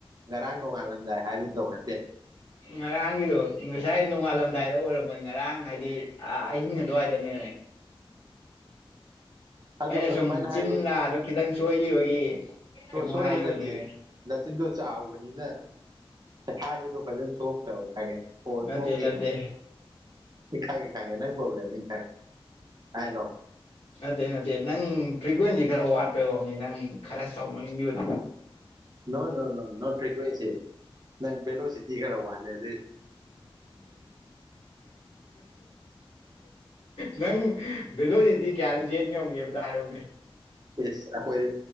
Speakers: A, on the right; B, on the left.
A: ꯉꯔꯥꯡ ꯅꯣꯡꯉꯥꯜꯂꯝꯗꯥꯏ ꯍꯥꯏꯒꯗꯧ ꯅꯠꯇꯦ
B: ꯉꯔꯥꯡꯒꯤꯗꯣ ꯉꯁꯥꯏ ꯅꯣꯡꯉꯥꯂꯝꯝꯗꯏꯗ ꯑꯣꯏꯔꯝꯃꯅꯤ ꯉꯔꯥꯡ ꯍꯥꯏꯗꯤ ꯑꯍꯤꯡ ꯑꯗꯨꯋꯥꯏꯗꯅꯦ
A: ꯑꯗꯣ
B: ꯑꯩꯅ ꯁꯨꯝ
A: ꯑꯗꯨꯃꯥꯏꯅ
B: ꯆꯤꯟꯂꯥꯗꯣ
A: ꯍꯥꯏꯕ
B: ꯈꯤꯇꯪ ꯁꯣꯏꯈꯤꯕꯒꯤ ꯀꯩꯅꯣ
A: ꯁꯣꯏꯕ
B: ꯍꯥꯏꯈꯤꯕꯅꯦ
A: ꯅꯠꯇꯦ ꯅꯆꯤꯟꯗꯣ ꯆꯥꯎꯕꯅꯤꯅ ꯍꯥꯏꯕꯗꯣ ꯐꯖꯅ ꯊꯣꯛꯇꯕ ꯈꯪꯉꯦ ꯑꯣꯜ
B: ꯅꯠꯇꯦ
A: ꯑꯣꯀꯦ
B: ꯅꯠꯇꯦ
A: ꯈꯡꯉꯦ ꯈꯡꯉꯦ ꯅꯪ ꯄ꯭ꯔꯣꯕ꯭ꯂꯦꯝ ꯑꯩ ꯍꯥꯏꯅꯣ
B: ꯅꯠꯇꯦ ꯅꯠꯇꯦ ꯅꯪ ꯐ꯭ꯔꯤꯀ꯭ꯋꯦꯟꯁꯤ ꯈꯔ ꯋꯥꯠꯄꯩ ꯑꯣꯢꯔꯝꯅꯤ ꯅꯪ ꯈꯔ ꯆꯥꯎꯃꯟꯒꯤꯕꯩ
A: ꯅꯣ ꯅꯣ ꯅꯣ ꯅꯣꯠ ꯐ꯭ꯔ꯭ꯋꯁꯤ ꯅ ꯕꯦꯂꯣꯁꯤ ꯏ ꯈꯔꯥ ꯋꯥꯠꯂꯦ ꯑꯗꯨꯢꯅꯤ
B: ꯅꯪ ꯚꯦꯂꯣꯔꯤꯗꯤ ꯀꯌꯥꯔꯛ ꯆꯦꯟ ꯉꯝꯒꯦ ꯑꯃ ꯇ ꯍꯥꯏꯔꯛꯎꯅꯦ
A: ꯏꯁ ꯑꯩꯈꯣꯏꯗꯤ